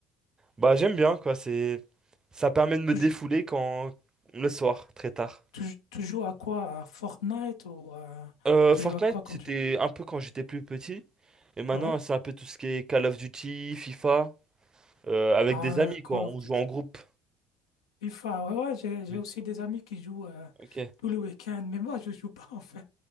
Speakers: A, on the right; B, on the left.
A: Bah j'aime bien quoi, c'est ça permet de me
B: Tu,
A: défouler
B: jou-
A: quand le soir, très tard.
B: tu jou- tu joues à quoi? À Fortnite ou à...
A: Euh,
B: Tu
A: Fortnite,
B: joues à quoi
A: c'était
B: comme jeu?
A: un peu quand j'étais plus petit et maintenant
B: Ouais.
A: c'est un peu tout ce qui est Call of Duty, FIFA euh, avec
B: Ah,
A: des amis quoi,
B: Call
A: on
B: of Duty.
A: joue en groupe.
B: FIFA, ouais, ouais, j'ai, j'ai
A: Oui.
B: aussi des amis qui jouent euh,
A: OK.
B: tous les week-ends, mais moi, je joue pas, en fait.